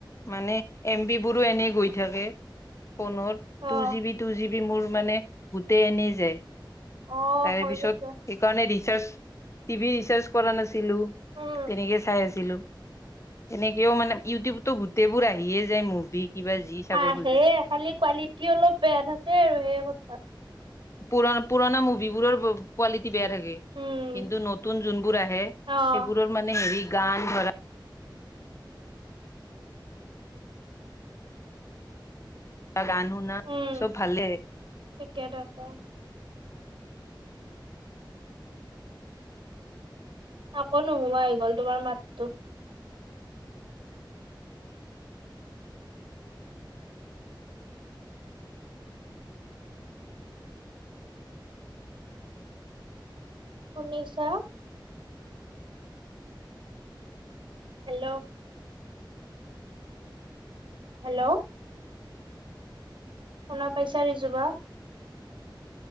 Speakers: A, on the left (about 35°); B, on the right (about 75°).
A: মানে এম বি বোৰো এনে গৈ থাকে ফোনৰ
B: অ
A: টু জি বি, টু জি ব- মোৰ মানে গোটেই এনেই যায়।
B: অ
A: তাৰে
B: হৈ
A: পিছত
B: গৈছে
A: সেইকাৰণে ৰিচাৰ্জ টিভি ৰিচাৰ্জ কৰা নাছিলো
B: উম
A: তেনেকে চাই ছিলো। তেনেকেও মানে ইউটিউবটো গোটেইবোৰ আহিয়ে যায় মুভি কিবা যি চাব
B: হাসে
A: খোজে
B: খালি কোৱালিটি অলপ বেয়া থাকে আৰু সেই কথা।
A: পুৰনা পুৰণা মুভিবোৰৰ কোৱালিটি বেয়া থাকে।
B: উম
A: কিন্তু নতুন যোনবোৰ আহে সেইবোৰৰ
B: অ
A: মানে হেৰি গান ধৰা গান শুনা
B: উম
A: চব ভালেই
B: ঠিকে দৰকাৰ আকৌ নোহোৱা হৈ গ'ল তোমাৰ মাততো শুনিছা? হেল্ল' হেল্ল' শুনা পইচা ৰিজো বা?